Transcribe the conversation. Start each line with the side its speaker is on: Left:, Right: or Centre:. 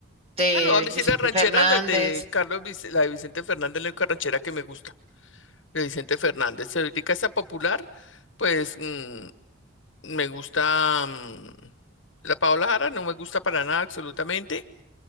Right: de
Left: Ah, no, a mí sí
Right: Vicente
Left: las rancheras,
Right: Fernández,
Left: las de Carlos, Vic- la de Vicente Fernández, la única ranchera que me gusta. de Vicente Fernández. Si ahorita está popular, pues mm, me gusta mm, la Paola Jara, no me gusta para nada absolutamente.